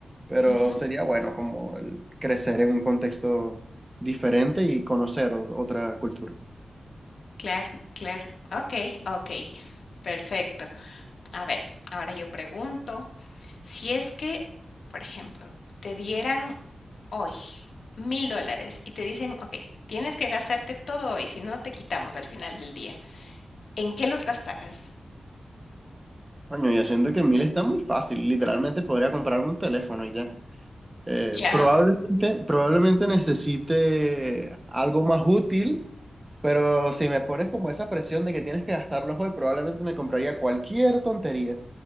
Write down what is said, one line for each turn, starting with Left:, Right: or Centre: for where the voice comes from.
Right: Pero
Left: Ujú.
Right: sería bueno como el crecer en un contexto diferente y conocer o- otra cultura.
Left: Claro, claro. Okey, okey. Perfecto. A ver, ahora yo pregunto, si es que, por ejemplo, te dieran hoy mil dólares y te dicen: "Okey, tienes que gastarte todo hoy, si no te quitamos al final del día", ¿en qué los gastarás?
Right: Coño, yo siento que en Mil está muy fácil, literalmente podría comprarme un teléfono y ya. Eh,
Left: Ya,
Right: probablemente,
Left: <laughs>
Right: probablemente necesite algo más útil Pero si me pones como esa presión de que tienes que gastarlos hoy, probablemente me compraría cualquier tontería